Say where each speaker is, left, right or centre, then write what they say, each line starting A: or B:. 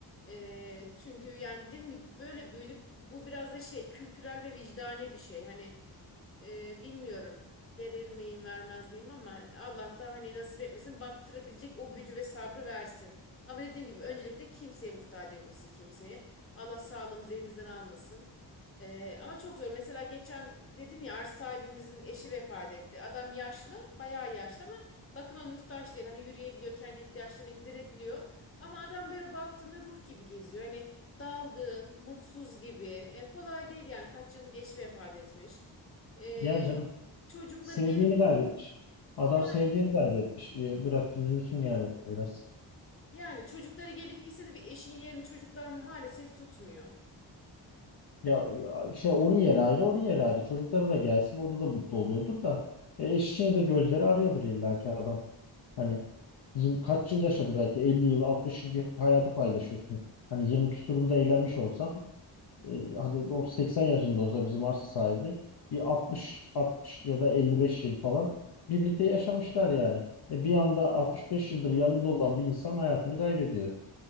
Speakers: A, on the left; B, on the left.
A: E, çünkü yani dediğim gibi böyle büyüdük bu biraz da şey kültürel ve vicdani bir şey. Hani ee, bilmiyorum verir miyim vermez miyim ama Allah da hani nasip etmesin baktırabilecek o gücü ve sabrı versin. Ama dediğim gibi öncelikle kimseye muhtaç etmesin kimseye. Allah sağlığımızı elimizden almasın. Ee, ama çok zor. Mesela geçen dedim ya arsa sahibimizin eşi vefat etti. Adam yaşlı, bayağı yaşlı ama bakıma muhtaç değil. Hani yürüyebiliyor, kendi ihtiyaçlarını giderebiliyor. Ama adam böyle baktığında ruh gibi geziyor. Hani dalgın, mutsuz gibi. E, kolay değil yani kaç yıllık eşi vefat etmiş. Ee,
B: yani canım
A: çocukları
B: sevdiğini
A: gelip
B: kaybetmiş. Adam
A: yani
B: sevdiğini kaybetmiş. Ee, Bırak üzülsün yani biraz.
A: yani çocukları gelip gitse de bir eşin yerini çocuklar maalesef tutmuyor.
B: Ya ya şey onun yeri ayrı, onun yeri ayrı. Çocukları da gelsin, o da da mutlu oluyordur da. E, eşini de gözleri arıyordur illaki adam. Hani yıl, kaç yıl yaşadı belki 50 yıl 60 yıl bir hayatı paylaşıyorsun. Hani 20 küsurunda eğlenmiş olsan e, hadi o 80 yaşında olsa bizim arsa sahibi bir 60 60 ya da 55 yıl falan birlikte yaşamışlar yani. E bir anda 65 yıldır yanında olan bir insan hayatını kaybediyor.